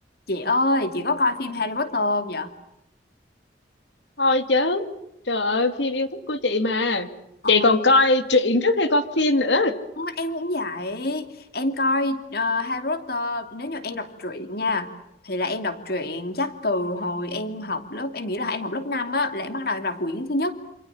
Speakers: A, on the left (about 60°); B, on the left (about 80°).
A: Chị ơi, chị có coi phim Harry Potter không vậy?
B: thôi chứ trời ơi phim yêu thích của chị mà
A: Ờ,
B: chị còn coi truyện trước khi coi phim nữa
A: em cũng vậy Em coi ờ, Harry Potter Nếu như em đọc truyện nha Thì là em đọc truyện chắc từ hồi em học lớp Em nghĩ là em học lớp 5 á Là em bắt đầu em đọc quyển thứ nhất